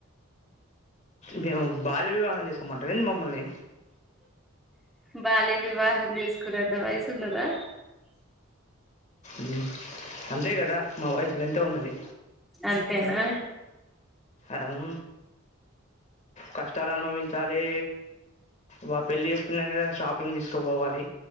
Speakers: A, on the left (about 35°); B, in the centre.
A: మేము బాల్య వివాహం చేసుకోమంటారెందీ మమ్మల్ని
B: బాల్య వివాహం చేసుకునే అంత వయసున్నదా
A: మ్మ్ అంతే కదా మా వయసు గంతే ఉన్నది
B: అంతేనా
A: అం కష్టాలు అనుభవించాలి వా పెళ్లిి చేస్తున్నా కదా షాప్ పింగ్ తీస్కపోవాలి.